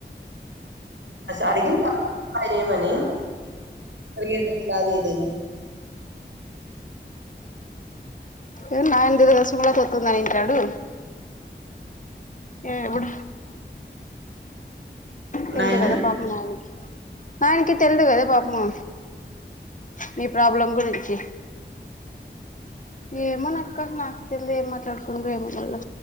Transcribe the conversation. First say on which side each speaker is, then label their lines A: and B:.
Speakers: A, on the right (about 80°); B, on the left (about 45°).
A: అడిగిన తర్వాత ఏమని అడిగేదెట్ల అది ఇదని
B: ఏ నాయంత తెలుసు గుడ ఇంత వస్తుందని నడూ ఏ ఎవడ పెళ్ళి
A: నాయన
B: గదా పాపం ఆయనకి ఆయనకి తెలిదు కదా పాపము నీ ప్రాబ్లం గురించి ఏమో నక్కా నాకు తెలిదు ఏం మాట్లాడుకుండ్రో ఏమో మళ్ళా